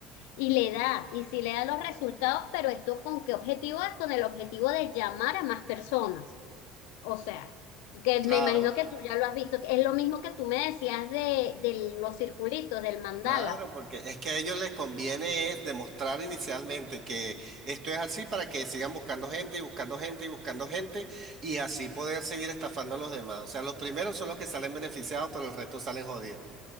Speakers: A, on the left; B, on the right.
A: y le da, y sí le da los resultados, pero esto con qué objetivo es? Con el objetivo de llamar a más personas. O sea, que
B: claro,
A: me imagino que tú ya lo has visto, que es lo mismo que tú me decías de, de los circulitos, del mandala.
B: claro, porque es que a ellos les conviene es demostrar inicialmente que esto es así para que sigan buscando gente y buscando gente y buscando gente y así poder seguir estafando a los demás. O sea, los primeros son los que salen beneficiados, pero el resto salen jodidos.